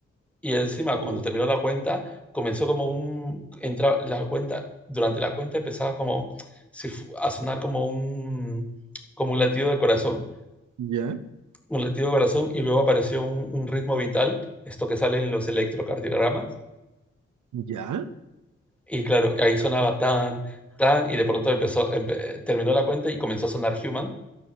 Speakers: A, in the centre; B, on the right.
A: y encima, cuando
B: Oh,
A: terminó la cuenta, comenzó como un entra la cuenta durante la cuenta empezaba como si fu- a sonar como un como un latido de corazón,
B: ya.
A: un latido de corazón y luego apareció un, un ritmo vital, esto que sale en los electrocardiogramas
B: Ya.
A: y claro, ahí sonaba tan tan y de pronto empezó empe- terminó la cuenta y comenzó a sonar Human